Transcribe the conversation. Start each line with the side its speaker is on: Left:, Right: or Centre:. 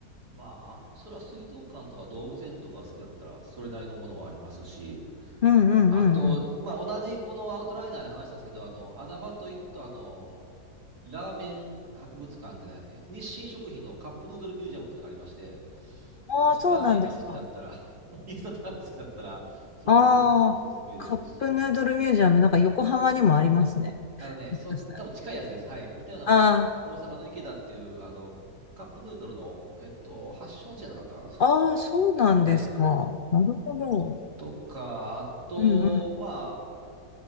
Right: まあ、あそれは水族館とか動物園とか好きだったら、それなりのものはありますし、
Left: うんうんうんうん。
Right: あと、まあ、同じこのアウトライナーで話したんですけど、あの、穴場というと、あの、ラーメン博物館でね、日清食品のカップヌードルミュージアムっていうのがありまして、
Left: ああ、
Right: もしラーメンが好きだったら、
Left: そうなんですか。
Right: <laughs> インスタントラーメン好きだったら、そこも結構おすすめですし、
Left: ああ、カップヌードルミュージアム、なんか横浜にもありますね。
Right: あのね、
Left: もしかしたら。
Right: そう、多分近いやつです。はい。似たようなものが、
Left: あ
Right: 大阪の池田っていう、あの、カップヌードルの、えっと、発祥の地じゃなかったかな、確か。
Left: あ、ああ、そうなんですか。
Right: はい。
Left: なるほど。
Right: とか、あと、
Left: うんうん、
Right: まあ、